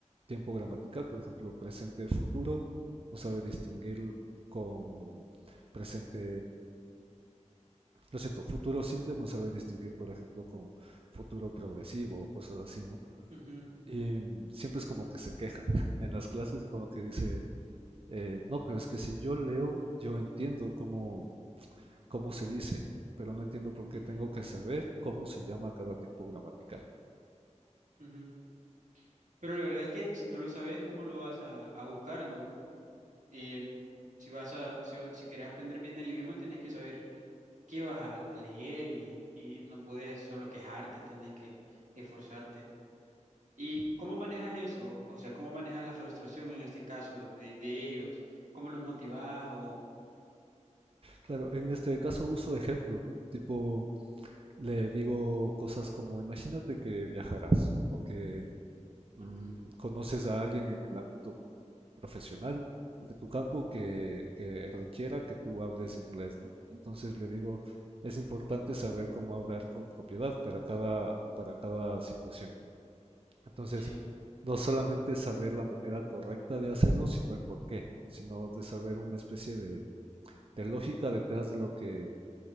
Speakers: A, on the right; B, on the right.
A: tiempo gramatical, por ejemplo, presente, futuro, no sabe distinguir con presente, lo siento, futuro simple, no sabe distinguir, por ejemplo, con futuro progresivo o cosas así, ¿no?
B: ujú,
A: Y mm, siempre es como que se queja <laughs> en las clases, como que dice, eh, no, pero es que si yo leo, yo entiendo cómo, cómo se dice, pero no entiendo por qué
B: ujú,
A: tengo que saber cómo se llama cada tiempo gramatical.
B: ujú. Pero la verdad es que si no lo sabes, ¿cómo lo vas a, a buscar, no? eh, si vas a, si, si querés aprender bien el idioma, tenés que saber qué vas a, a leer y, y no podés solo quejarte, tenés que esforzarte. ¿Y
A: ujú.
B: cómo manejas eso? O sea, ¿cómo manejas la frustración en este caso de, de ellos? ¿Cómo los motivás? O...
A: Claro, en este caso uso ejemplos, ¿no? Tipo, le digo cosas como, imagínate que viajarás o que mm,
B: Ujú,
A: conoces a alguien en el ámbito profesional de tu campo
B: ujú,
A: que, que requiera que tú hables inglés, ¿no? Entonces le digo, es importante saber cómo hablar con propiedad para cada, para cada situación. Entonces,
B: sí,
A: no solamente saber la manera correcta de hacerlo, sino el por qué, sino de saber una especie de de lógica detrás de lo que